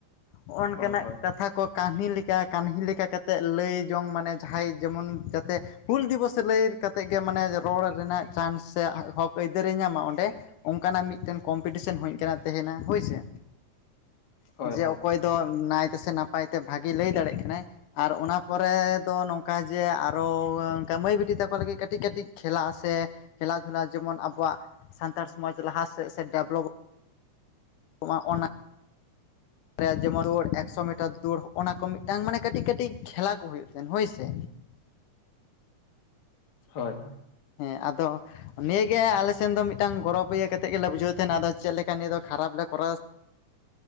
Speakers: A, on the left; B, on the left.
A: ᱦᱚᱸᱜᱼᱚ ᱱᱤᱝᱠᱟᱹᱱᱟᱜ
B: ᱦᱳᱭ ᱦᱳᱭ
A: ᱠᱟᱛᱷᱟ ᱠᱚ ᱠᱟᱦᱱᱤ ᱞᱮᱠᱟ ᱠᱟᱱᱦᱤ ᱞᱮᱠᱟ ᱠᱟᱛᱮᱫ ᱞᱟᱹᱭ ᱡᱚᱝ ᱢᱟᱱᱮ ᱡᱟᱦᱟᱸᱭ ᱡᱮᱢᱚᱱ ᱡᱟᱛᱮ ᱦᱩᱞ ᱫᱤᱵᱚᱥ ᱞᱟᱹᱭ ᱠᱟᱛᱮᱫ ᱜᱮ ᱢᱟᱱᱮ ᱨᱚᱲ ᱨᱮᱱᱟᱜ ᱪᱟᱱᱥ ᱥᱮ ᱦᱚᱠ ᱟᱹᱭᱫᱟᱹᱨᱮ ᱧᱟᱢᱟ ᱚᱸᱰᱮ ᱚᱱᱠᱟᱱᱟᱜ ᱢᱤᱫᱴᱮᱱ ᱠᱚᱢᱯᱤᱴᱤᱥᱮᱱ ᱦᱳᱭ ᱚᱝᱠᱟᱱᱟᱜ ᱛᱟᱦᱮᱱᱟ ᱦᱳᱭ ᱥᱮ᱾
B: ᱦᱳᱭ
A: ᱡᱮ
B: ᱦᱳᱭ
A: ᱚᱠᱚᱭ ᱫᱚ ᱱᱟᱭ ᱛᱮ ᱥᱮ ᱱᱟᱯᱟᱭ ᱛᱮ ᱵᱷᱟᱜᱮ ᱞᱟᱹᱭ ᱫᱟᱲᱮᱜ ᱠᱟᱱᱟᱭ᱾ ᱟᱨ ᱚᱱᱟ ᱯᱚᱨᱮ ᱫᱚ ᱱᱚᱝᱠᱟ ᱡᱮ ᱟᱨᱚ ᱚᱱᱠᱟ ᱢᱟᱹᱭ ᱵᱤᱴᱤ ᱛᱟ ᱠᱚ ᱞᱟᱹᱜᱤᱫ ᱠᱟᱹᱴᱤᱡ ᱠᱟᱹᱴᱤᱡ ᱠᱷᱮᱞᱟ ᱥᱮ <unintelligible> ᱠᱷᱮᱞᱟ ᱡᱮᱢᱚᱱ ᱟᱵᱚᱣᱟᱜ ᱥᱟᱱᱛᱟᱲ ᱥᱚᱢᱟᱡᱽ ᱞᱟᱦᱟ ᱥᱮᱫ ᱥᱮ ᱰᱮᱵᱽᱞᱚᱯ ᱚᱜ ᱢᱟ ᱚᱱᱟ
B: <inaudible>
A: <unintelligible> ᱡᱮᱢᱚᱱ ᱫᱳᱲ ᱮᱠᱥᱳ ᱢᱤᱴᱟᱨ ᱫᱳᱲ ᱦᱚᱸᱜᱼᱱᱟ ᱠᱚ ᱢᱤᱫᱴᱟᱝ ᱢᱟᱱᱮ ᱠᱟᱴᱤᱡ ᱠᱟᱴᱤᱡ ᱠᱷᱮᱞᱟ ᱠᱚ ᱦᱩᱭᱩᱜ ᱛᱟᱦᱮᱱ ᱦᱳᱭ ᱥᱮ᱾
B: ᱦᱚᱭ ᱦᱚᱭ᱾
A: ᱦᱮᱸ ᱟᱫᱚ ᱱᱤᱭᱟᱹᱜᱮ ᱟᱞᱮ ᱥᱮᱱ ᱫᱚ ᱢᱤᱫᱴᱟᱝ ᱜᱚᱨᱚᱵᱽ ᱤᱭᱟᱹ ᱠᱟᱛᱮᱫ ᱜᱮᱞᱮ ᱵᱩᱡᱷᱟᱹᱣ ᱛᱟᱦᱮᱱᱟ, ᱟᱫᱚ ᱪᱮᱫ ᱞᱮᱠᱟ ᱱᱤᱭᱟᱹ ᱫᱚ ᱠᱷᱟᱨᱟᱯ ᱞᱮ ᱠᱚᱨᱟᱣ
B: <inaudible>